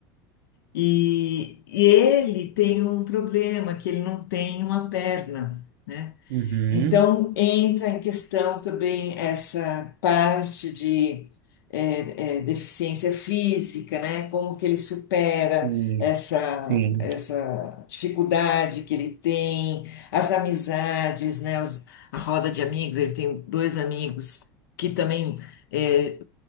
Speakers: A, on the left; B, on the right.
A: E, e ele tem um problema, que ele não tem uma perna. né?
B: Uhum,
A: Então, entra em questão também essa parte de eh, eh, deficiência física, né? Como que ele supera
B: sim,
A: essa,
B: sim,
A: essa dificuldade que ele tem, as amizades, né? Os- a roda de amigos, ele tem dois amigos que também é,